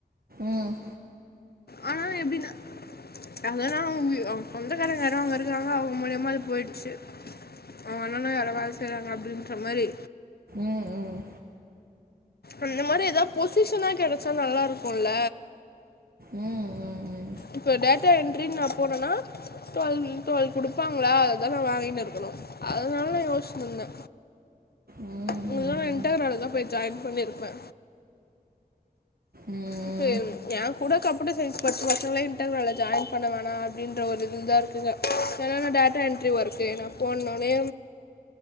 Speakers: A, on the right; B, on the left.
A: ம்
B: ஆனா எப்டின்னா அதெல்லா அவங்க சொந்தக்காரங்க யாரோ அங்க இருக்காங்க அவங்க மூலியமா அது பொயிட்ச்சு அவங்க அண்ணனோ யாரோ வேல செய்றாங்க அப்டின்ற மாரி
A: ம் ம்
B: அந்த மாரி எதா பொசிஷனா கெடச்சா நல்லாருக்குல
A: ம் ம் ம்
B: இப்ப டேட்டா என்ட்ரின் நா போறேனா டுவல் மீன் டுவல் குடுப்பாங்களா அதா நா வாங்கிட்டு இருக்குணு அதனால நா யோஷ்ச்சுனு இருந்தே
A: ம் ம்
B: உங்ளுக்குலா நா இன்டர்னால தா போய் ஜாயின் பண்ணிருப்பே
A: ம்
B: இப்ப எம் ஏ கூட கம்யூட்டர்சயின்ஸ் படிச்ச பசங்களே இன்டர்னால ஜாயின் பண்ணவேணா அப்டின்ற ஒரு இதுதா இருக் குங்க ஏனா நா டேட்டா என்ட்ரி வொர்க்கு நா போன்னாலே